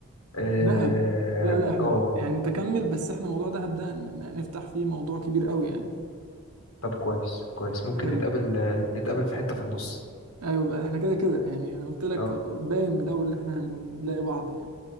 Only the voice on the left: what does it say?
اه
آه،
طب كويس كويس ممكن
نتقابل آه، نتقابل في حته في النص
اه